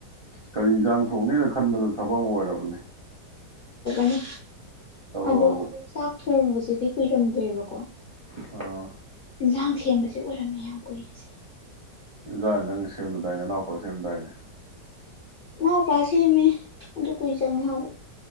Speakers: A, on the right (about 40°); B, on the left (about 50°).
A: ꯀꯔꯤ ꯏꯟꯁꯥꯡ ꯊꯣꯡꯅꯤꯅ ꯈꯟꯕꯗ ꯊꯕꯛ ꯑꯃ ꯑꯣꯏꯔꯕꯅꯤ
B: ꯅꯤ
A: ꯊꯕꯛꯑꯕꯨ
B: ꯑꯗꯣ ꯆꯥꯛ ꯊꯣꯡꯕꯁꯤꯗꯤ ꯀꯨꯏꯔꯝꯗꯦꯕꯀꯣ
A: ꯑꯣꯥ
B: ꯌꯦꯟꯁꯥꯡ ꯁꯦꯝꯕꯁꯨ ꯑꯣꯏꯔꯝꯃꯦ ꯌꯥꯝ ꯀꯨꯏꯔꯤꯁꯦ
A: ꯏꯟꯖꯥꯡ ꯅꯪ ꯁꯦꯝꯅꯗꯥꯏꯅꯦ ꯏꯅꯥꯎꯄꯥ ꯁꯦꯝꯗꯥꯏꯅꯦ
B: ꯏꯅꯥꯎꯄꯥ ꯁꯦꯝꯃꯦ ꯑꯗꯨ ꯀꯨꯏ ꯆꯪꯉꯦ ꯍꯥꯏꯕ